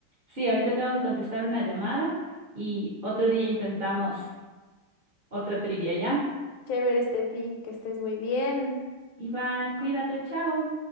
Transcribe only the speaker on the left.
Chévere, Steffi, que estés muy bien.